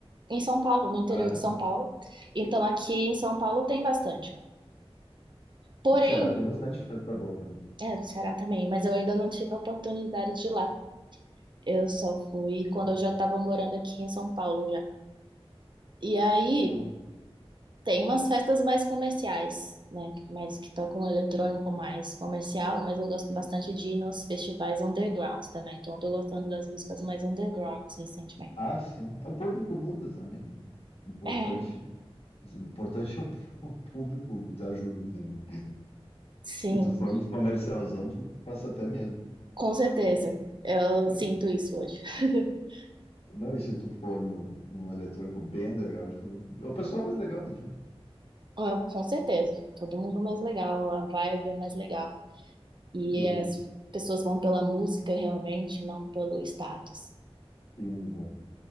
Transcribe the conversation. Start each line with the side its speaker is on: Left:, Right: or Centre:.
Right: em São Paulo, no interior
Left: Ah,
Right: de São Paulo. Então aqui em São Paulo tem bastante. Porém,
Left: Ceará tem bastante festa boa também.
Right: é, no Ceará também, mas eu ainda não tive a oportunidade de ir lá. Eu só fui quando
Left: Hum,
Right: eu já estava morando aqui em São Paulo já. E aí
Left: é.
Right: tem umas festas mais comerciais, né? Mais que tocam eletrônico, mais comercial, mas eu gosto bastante de ir nos festivais underground também. Então eu tô gostando das músicas mais underground recentemente.
Left: Ah, sim. É, O público muda também. Importante,
Right: É,
Left: importante é o <laughs> o público te ajuda também.
Right: sim.
Left: Se tu for nos comercialzão, tu passa até medo.
Right: Com certeza. Eu
Left: É,
Right: sinto isso hoje. <laughs>
Left: Não, e se tu for no, num eletrônico bem underground, tu vê- é o pessoal mais legal, não adianta.
Right: Ah, Com certeza. Todo mundo mais legal, a vibe é mais legal. E
Left: Eu,
Right: as pessoas vão pela música realmente, não pelo status.
Left: sim, exato.